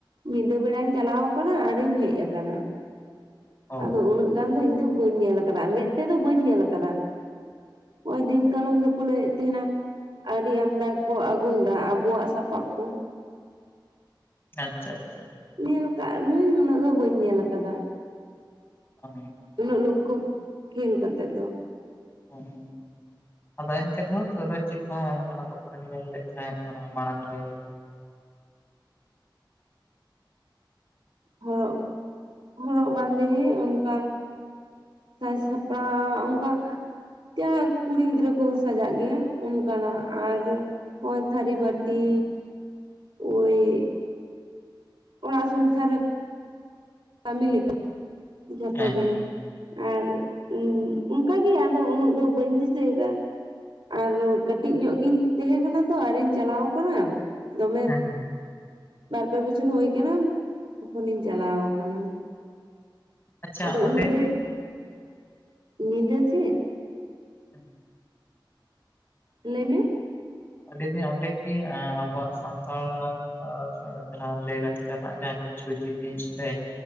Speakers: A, on the right; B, on the left.
A: ᱧᱤᱫᱟᱹ ᱵᱮᱲᱟᱧ ᱪᱟᱞᱟᱣ ᱠᱟᱱᱟ ᱟᱨᱤᱧ ᱦᱮᱡ ᱠᱟᱱᱟ᱾
B: ᱚ
A: ᱟᱫᱚ ᱩᱱᱟᱹᱜ ᱜᱟᱱ ᱫᱚ ᱤᱧ ᱫᱚ ᱵᱟᱹᱧ ᱧᱮᱞ ᱠᱟᱫᱟ ᱢᱮᱫ ᱛᱮᱫᱚ ᱵᱟᱹᱧ ᱧᱮᱞ ᱠᱟᱫᱟ᱾ ᱦᱚᱸᱚᱭ ᱫᱤᱱ ᱠᱟᱞᱚᱢ ᱫᱚᱠᱚ ᱞᱟᱹᱭᱮᱫ ᱛᱟᱦᱮᱱᱟ ᱟᱹᱰᱤ ᱟᱢᱫᱟ ᱠᱚ ᱟᱹᱜᱩᱞ ᱫᱟ ᱟᱵᱚᱣᱟᱜ ᱥᱟᱯᱟᱵ ᱠᱚ᱾
B: ᱟᱪᱪᱷᱟ ᱟᱪᱪᱷᱟ᱾
A: ᱧᱮᱞ ᱠᱟᱜ ᱨᱮᱦᱚᱸᱧ ᱩᱱᱟᱹᱜ ᱫᱚ ᱵᱟᱹᱧ ᱧᱮᱞ ᱟᱠᱟᱫᱟ᱾
B: ᱚ
A: ᱩᱱᱟᱹᱜ ᱞᱚᱠᱠᱷᱚ ᱠᱷᱮᱞ ᱠᱟᱛᱮᱜ ᱫᱚ
B: <unintelligible> ᱟᱫᱚ ᱮᱱᱛᱮ ᱨᱮᱦᱚᱸ ᱞᱟᱹᱭ ᱨᱮᱦᱚ ᱪᱮᱫ ᱠᱚ ᱚᱱᱠᱟᱱᱟᱜ ᱫᱚᱠᱟᱱᱮᱢ ᱧᱮᱞ ᱞᱮᱫ ᱛᱟᱦᱮᱸ ᱚᱱᱟ ᱢᱟᱲᱟᱝ ᱨᱮ?
A: ᱦᱚᱨᱚᱜ ᱦᱚᱨᱚᱜ ᱵᱟᱸᱫᱮ ᱚᱱᱠᱟ ᱥᱟᱡᱽ ᱥᱟᱯᱟᱣ ᱚᱝᱠᱟ ᱡᱟᱦᱟᱸ ᱠᱩᱲᱤ ᱜᱤᱫᱽᱨᱟᱹ ᱠᱚ ᱥᱟᱡᱟᱜ ᱜᱮᱭᱟ ᱚᱱᱠᱟᱱᱟᱜ ᱟᱨ ᱦᱳᱭ ᱛᱷᱟᱨᱤ ᱵᱟᱴᱤ ᱳᱭ ᱚᱲᱟᱜ ᱥᱚᱝᱥᱟᱨᱮ ᱠᱟᱹᱢᱤ ᱞᱮᱠᱟ ᱡᱷᱚᱛᱚ
B: ᱦᱮᱸ
A: ᱜᱮ᱾
B: ᱦᱮᱸ
A: ᱟᱨ ᱚᱱᱠᱟᱜᱮ ᱟᱫᱚ ᱩᱱᱟᱹᱜ ᱫᱚ ᱵᱟᱹᱧ ᱫᱤᱥᱟᱹᱭᱫᱟ᱾ ᱟᱨ ᱠᱟᱹᱴᱤᱡ ᱧᱚᱜ ᱜᱤᱧ ᱛᱮᱦᱮᱸ ᱠᱟᱱᱟ ᱛᱚ ᱟᱨᱤᱧ ᱪᱟᱞᱟᱣ ᱟᱠᱟᱱᱟ᱾ ᱫᱚᱢᱮ
B: ᱦᱮᱸ
A: ᱵᱟᱨᱯᱮ ᱵᱚᱪᱷᱚᱨ ᱦᱳᱭ ᱠᱟᱱᱟ ᱛᱚᱠᱷᱚᱱᱤᱧ ᱪᱟᱞᱟᱣ ᱠᱟᱱᱟ᱾
B: ᱟᱪᱷᱟ
A: ᱟᱫᱚ
B: ᱚᱸᱰᱮ
A: ᱩᱱᱟᱹᱜ ᱰᱷᱮᱨ ᱧᱤᱫᱟᱹ ᱥᱮᱫ
B: <inaudible>
A: ᱞᱟᱹᱭ ᱢᱮ᱾
B: ᱟᱰᱤ ᱫᱤᱱ ᱚᱸᱰᱮ ᱠᱤ ᱟᱸᱵᱚᱣᱟᱸᱜ ᱥᱟᱱᱛᱟᱲ ᱟᱲᱟ ᱟᱨ ᱡᱟᱦᱟᱸ ᱞᱟᱹᱭ ᱞᱟᱠᱪᱟᱨ ᱨᱮᱱᱟᱜ ᱡᱟᱦᱟᱸ ᱠᱤᱪᱷᱩ ᱡᱤᱱᱤᱥ ᱥᱮ